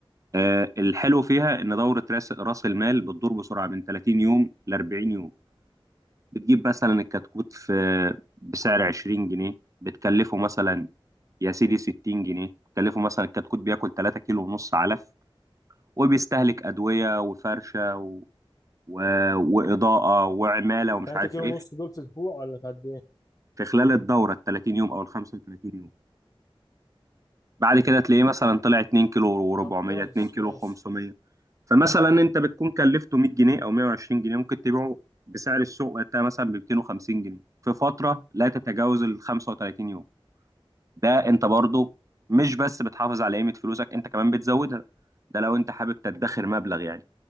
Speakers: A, on the right; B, on the left.
A: آه الحلو فيها ان دوره راس راس المال بتدور بسرعه من 30 يوم ل 40 يوم بتجيب مثلا الكتكوت في بسعر 20 جنيه بتكلفه مثلا يا سيدي 60 جنيه بتكلفه مثلا الكتكوت بياكل 3 كيلو ونص علف وبيستهلك أدوية وفرشة و... و... وإضاءة وعمالة ومش
B: 3
A: عارف
B: كيلو
A: إيه
B: ونص دول في اسبوع ولا في قد ايه؟
A: في خلال الدورة ال 30 يوم أو ال 35 يوم بعد كده تلاقيه مثلا طلع 2 كيلو
B: طب
A: و400
B: كويس
A: 2 كيلو
B: ماشي
A: 500 فمثلا أنت بتكون كلفته 100 جنيه أو 120 جنيه ممكن تبيعه بسعر السوق وقتها مثلا ب 250 جنيه في فترة لا تتجاوز ال 35 يوم ده انت برضو مش بس بتحافظ على قيمة فلوسك انت كمان بتزودها ده لو انت حابب تدخر مبلغ يعني